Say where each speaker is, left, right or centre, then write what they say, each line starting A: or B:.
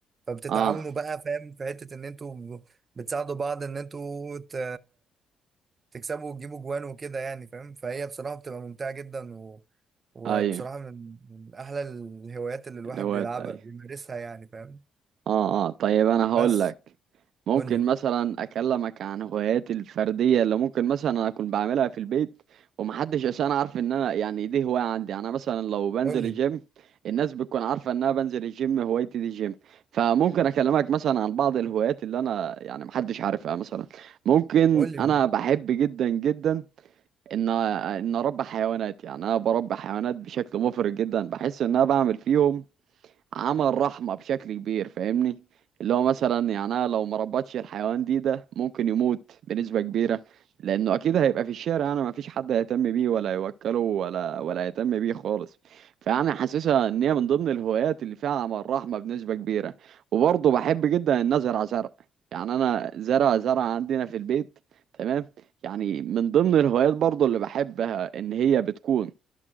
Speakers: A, on the right (about 30°); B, on the right (about 65°).
A: فبتتعاونوا
B: اه
A: بقى فاهم في حته ان انتوا بتساعدوا بعض ان انتوا ت... تكسبوا وتجيبوا جوان وكده يعني فاهم فهي بصراحة بتبقى ممتعة جدا و... وبصراحة
B: ايوه
A: من... من أحلى الهوايات اللي الواحد
B: الهوايات
A: بيلعبها
B: ايوه
A: بيمارسها يعني فاهم
B: اه اه طيب انا
A: بس
B: هقول لك ممكن
A: قول لي
B: مثلا اكلمك عن هواياتي الفرديه اللي ممكن مثلا انا اكون بعملها في البيت ومحدش عشان عارف ان انا يعني دي هوايه عندي يعني انا مثلا لو بنزل
A: قول لي
B: الجيم الناس بتكون عارفه ان انا بنزل الجيم هوايتي دي الجيم فممكن اكلمك مثلا عن بعض الهوايات اللي انا يعني محدش عارفها مثلا ممكن
A: قول لي
B: انا بحب جدا جدا ان ان اربي حيوانات يعني انا بربي حيوانات بشكل مفرط جدا بحس ان انا بعمل فيهم عمل رحمة بشكل كبير فاهمني اللي هو مثلا يعني أنا لو ما ربطش الحيوان دي ده ممكن يموت بنسبة كبيرة لأنه أكيد هيبقى في الشارع أنا ما فيش حد هيهتم بيه ولا يوكله ولا ولا يهتم بيه خالص فأنا حاسسها إن هي من ضمن الهوايات اللي فيها عمل رحمة بنسبة كبيرة وبرضه بحب جدا إن أزرع زرع يعني أنا زرع زرع عندنا في البيت تمام يعني من ضمن الهوايات برضه اللي بحبها إن هي بتكون